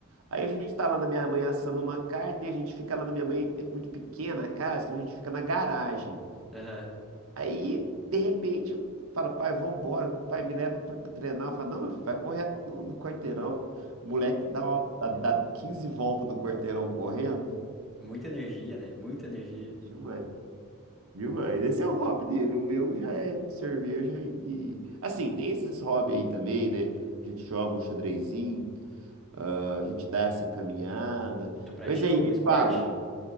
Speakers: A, on the right (about 85°); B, in the centre.
A: Aí a gente tá lá na minha mãe assando uma carne, e a gente fica lá na minha mãe, é muito pequena a casa, então a gente fica na garagem.
B: Aham.
A: Aí, de repente, fala, pai, vambora, pai, me leva pra, pra treinar. Eu falo, não, meu filho, vai correr no, no quarteirão. O moleque dá, uma, dá, dá 15 voltas do quarteirão correndo.
B: Muita energia, né? Muita energia.
A: Demais, demais. Esse é o hobby dele, o meu já é cerveja e... Assim, tem esses hobbies aí também, né? A gente joga um xadrezinho, ah, a gente dá essa caminhada.
B: Tu pratica
A: Mas aí,
B: algum
A: me
B: esporte?
A: fala,